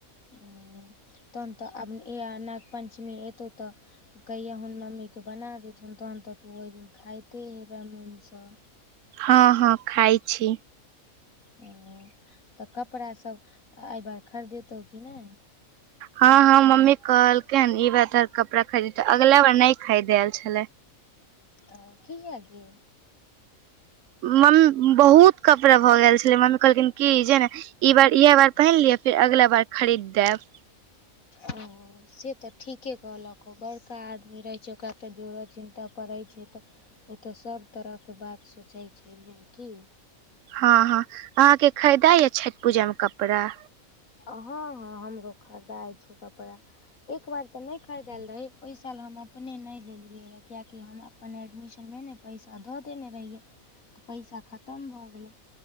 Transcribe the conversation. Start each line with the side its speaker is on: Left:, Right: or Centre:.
Left: ओ तहन तऽ आब इहेए नाग - पंचमी एतौ तऽ कहियहुन मम्मी के बनेए देथुन तहन तऽ तू ओइ दिन खाइते हेबें मोन सँ।
Right: हँ हँ खाइ छी।
Left: हॅं त कपड़ा सब अइ बार खरीदेतौ कि नै?
Right: हँ हँ मम्मी कहलकै हन ई बार त कपड़ा खरीदतै अगला बार नै खरीदेएल छलै।
Left: ओ किया गे?
Right: मम बहुत कपड़ा भऽ गेल छलै मने कहलखिन कि जे ने ई बार इएह बार पहिन लिअ फेर अगला बार खरीद देब।
Left: ओ। से तऽ ठीके कहलक ओ, बड़का आदमी रहै छै ओकरा तऽ जोड़य चिन्तऽ पड़ैत छै तऽ ओ तऽ सभ तरहके बात सोचै छै ने कि।
Right: हँ - हँ अहाँके खरीदाय ये छठ पूजा में कपड़ा।
Left: हँ- ह हमरो खरीदाइ छ कपड़ा। एकबार तऽ नहि खरीदल रहै, ओहि साल हम अपने नहि लेलियै रहऽ कियकि हम अपन एडमिशन में ने पैसा दऽ देने रहियै तऽ पैसा खतम भऽ गेलै।